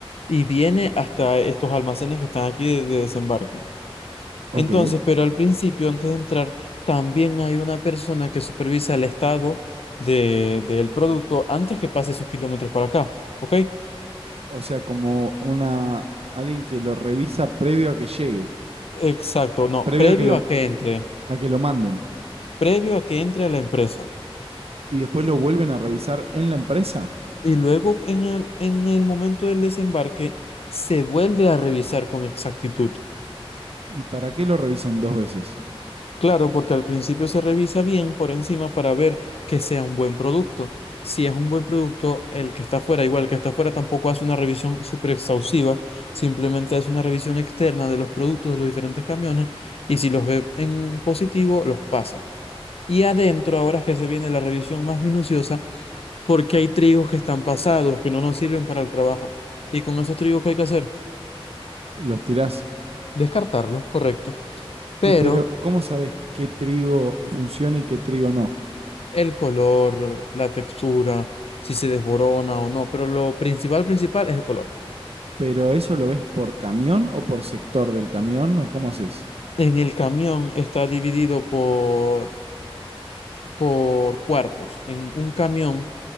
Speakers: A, on the left; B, on the right.
A: y viene hasta estos almacenes que están aquí de, de desembarque.
B: Ok.
A: Entonces, pero al principio, antes de entrar, también hay una persona que supervisa el estado de, del producto antes que pase esos kilómetros para acá, ¿ok?
B: O sea, como una alguien que lo revisa previo a que llegue,
A: Exacto, no,
B: previo
A: previo
B: a que lo
A: a que entre,
B: a que lo manden
A: previo a que entre a la empresa.
B: y después lo vuelven a revisar en la empresa.
A: Y luego en el, en el momento del desembarque, se vuelve a revisar con exactitud.
B: ¿Y para qué lo revisan dos veces?
A: Claro, porque al principio se revisa bien por encima para ver que sea un buen producto. Si es un buen producto, el que está afuera, igual el que está afuera, tampoco hace una revisión súper exhaustiva, simplemente hace una revisión externa de los productos de los diferentes camiones y si los ve en positivo, los pasa. Y adentro, ahora es que se viene la revisión más minuciosa, porque hay trigos que están pasados, que no nos sirven para el trabajo. Y con esos trigos, que hay que hacer?
B: Los tirás
A: Descartarlos, correcto. Pero...
B: Y pero, ¿cómo sabes qué trigo funciona y qué trigo no?
A: el color, la textura, si se desborona o no, pero lo principal, principal es el color.
B: ¿Pero eso lo ves por camión o por sector del camión o cómo haces?
A: En el camión está dividido por, por cuartos. En un camión